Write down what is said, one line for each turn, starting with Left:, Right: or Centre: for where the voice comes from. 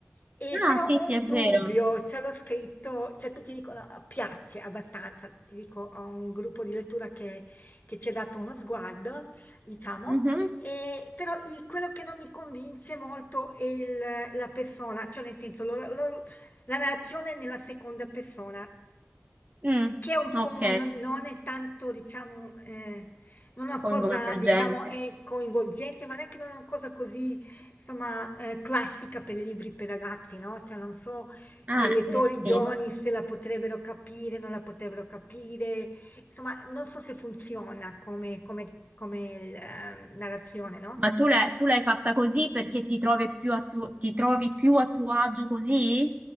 Left: E però
Right: ah, sì,
Left: ho
Right: sì,
Left: un
Right: è
Left: dubbio,
Right: vero.
Left: ce l'ho scritto, cioè tutti dicono "Ah, piace abbastanza, ti dico, ho un gruppo di lettura che, che ci ha dato uno sguardo, diciamo.
Right: Mhm,
Left: Eh, però il- quello che non mi convince molto è il- la persona, cioè nel senso lo- lo- la narrazione nella seconda persona
Right: mm,
Left: che è un po',
Right: Ok,
Left: non, non è tanto, diciamo, eh, non è una
Right: coinvolgente.
Left: cosa, diciamo, è coinvolgente, ma neanche non è una cosa così, insomma, eh, classica per i libri per ragazzi, no? Cioè, non so,
Right: Ah,
Left: i lettori
Right: eh, sì.
Left: giovani se la potrebbero capire, non la potrebbero capire, insomma, non so se funziona come, come- come, eh, narrazione, no?
Right: Ma tu l'hai tu l'hai fatta così perché ti trovi più a tuo, ti trovi più a tuo agio così?